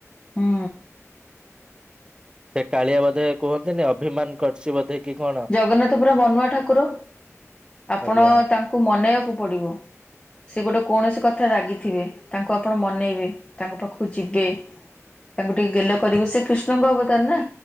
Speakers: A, on the left; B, on the right.
A: ହୁଁ।
B: ସେ କାଳିଆ ବୋଧେ କୁହନ୍ତିନି ଅଭିମାନ କରଛି ବୋଧେ କି କଣ
A: ଜଗନ୍ନାଥ ପୁରା ମନୁଆ ଠାକୁର ଆପଣ
B: ଆଜ୍ଞା
A: ତାଙ୍କୁ ମନେଇବାକୁ ପଡିବ। ସେ ଗୋଟେ କୌଣସି କଥାରେ ରାଗିଥିବେ ତାଙ୍କୁ ଆପଣ ମନେଇବେ ତାଙ୍କ ପାଖକୁ ଯିବେ। ତାଙ୍କୁ ଟିକେ ଗେଲ କରିବେ ସେ କୃଷ୍ଣଙ୍କ ଅବତାର ନା